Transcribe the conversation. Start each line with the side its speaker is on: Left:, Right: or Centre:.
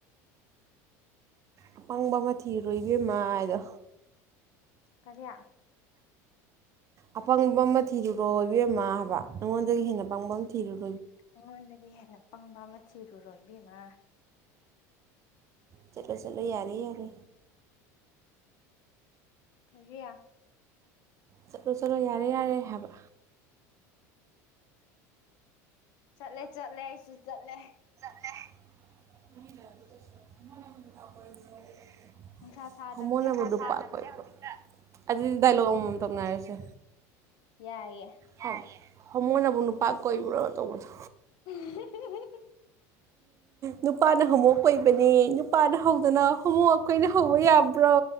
Right: ꯑꯄꯪꯕ ꯑꯃꯊꯤꯔꯣꯏꯕꯤꯃ ꯑꯗꯣ
Left: ꯀꯔꯤꯌꯥ
Right: ꯑꯄꯪꯕ ꯑꯃ ꯊꯤꯔꯨꯔꯣ ꯏꯕꯦꯝꯃ ꯍꯥꯏꯕ ꯑꯩꯉꯣꯟꯗꯒꯤ ꯍꯦꯟꯅ ꯑꯄꯪꯕ ꯑꯃ ꯊꯤꯔꯨꯔ
Left: ꯎꯗꯗꯒꯤ ꯍꯂ ꯄꯪꯕ ꯃꯊꯤꯔꯨꯔꯣꯏꯕꯤꯃ
Right: ꯆꯂꯣ ꯆꯂꯣ ꯌꯥꯔꯦ ꯌꯥꯔꯦ
Left: ꯀꯔꯤꯌꯥ
Right: ꯆꯠꯂꯣ ꯆꯠꯂꯣ ꯌꯥꯔꯦ ꯌꯥꯔꯦ ꯍꯥꯏꯕ
Left: ꯆꯂꯦ ꯆꯂꯦꯁꯨ ꯆꯂꯦ
Right: <unintelligible>
Left: ꯅꯨꯡꯁꯥ ꯁꯥꯗꯕꯁꯦ
Right: ꯍꯣꯃꯣꯅꯕꯨ
Left: ꯍꯧꯖꯤꯛꯇ
Right: ꯅꯨꯄꯥ ꯀꯣꯏꯕ꯭ꯔꯣ ꯑꯗꯨꯗꯤ ꯗꯥꯏꯂꯣꯛ ꯑꯃꯃꯝ ꯇꯧꯅꯔꯁꯦ
Left: ꯌꯥꯏꯑꯌꯦ
Right: ꯍ ꯍꯃꯣꯏꯅꯕꯨ ꯅꯨꯄꯥ ꯀꯣꯏꯕ꯭ꯔꯣ ꯇꯧꯕꯗꯣ
Left: ꯑꯦ ꯍꯦ ꯍꯦ
Right: ꯅꯨꯄꯥꯅ ꯍꯣꯃꯣꯛꯞ ꯀꯣꯏꯕꯅꯤ ꯅꯨꯄꯥꯅ ꯍꯧꯗꯅ ꯍꯣꯃꯣꯛ ꯑꯩꯈꯣꯏꯅ ꯍꯧꯕ ꯌꯥꯕ꯭ꯔꯣ